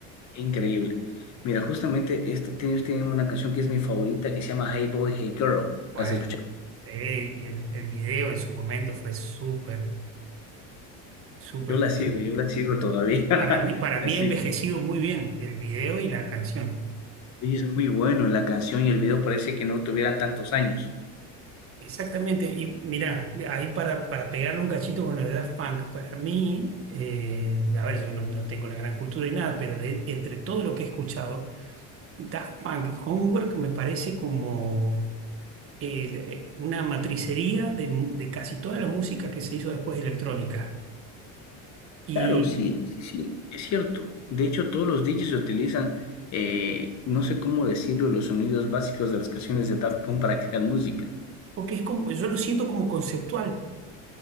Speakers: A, on the left; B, on the right.
A: Increíble. Mira, justamente esta, ellos tienen una canción que es mi favorita que se llama Hey Boy, Hey Girl.
B: Bueno,
A: ¿Las has escuchado?
B: sí, y el, el video en su momento fue súper, súper,
A: Yo la
B: eh,
A: sigo, yo la sigo todavía. <laughs>
B: para mí, para mí
A: Así.
B: ha envejecido muy bien el video y la canción.
A: Y es muy bueno la canción y el video parece que no tuvieran tantos años.
B: Exactamente, y mirá, ahí para, para pegarle un cachito con lo de Daft Punk, para mí, eh, a ver, yo no, no tengo la gran cultura y nada, pero de, entre todo lo que he escuchado, Daft Punk Homework me parece como el- eh, una matricería de, mu- de casi toda la música que se hizo después electrónica. Y
A: Claro, sí, sí, sí, es cierto. De hecho, todos los DJs utilizan, eh, no sé cómo decirlo, los sonidos básicos de las canciones de Daft Punk para <laughs> crear música.
B: porque es como, yo lo siento como conceptual